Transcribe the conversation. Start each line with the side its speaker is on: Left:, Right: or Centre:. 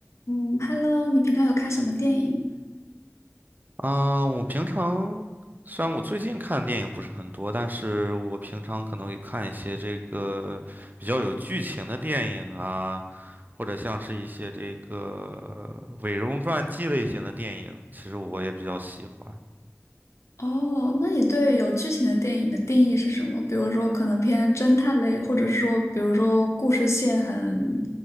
Left: 嗯，Hello，你平常有看什么电影？
Right: 啊，我平常虽然我最近看的电影不是很多，但是我平常可能会看一些这个比较有剧情的电影啊，或者像是一些这个伪容传记类型的电影，其实我也比较喜欢。
Left: 哦，那你对有剧情的电影的定义是什么？比如说，可能偏侦探类，或者是说，比如说故事线很